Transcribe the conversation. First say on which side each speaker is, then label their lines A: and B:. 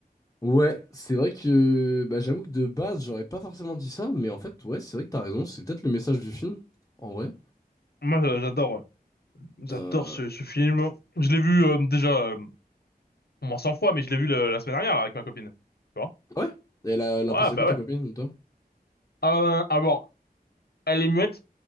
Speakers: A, on the left; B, on the left.
A: Ouais, c'est vrai que bah, j'avoue que de base, j'aurais pas forcément dit ça, mais en fait, ouais, c'est vrai que t'as raison, c'est peut-être le message du film, en vrai.
B: Moi, euh, j'adore, ouais. J'adore
A: Euh,
B: ce, ce film. Je l'ai vu euh, déjà euh, au moins 100 fois, mais je l'ai vu le- la semaine dernière avec ma copine. Tu vois?
A: Ouais? Et elle a, elle a
B: Ouais,
A: pensé
B: bah
A: quoi ta
B: ouais.
A: copine, toi?
B: Euh, alors, elle est muette,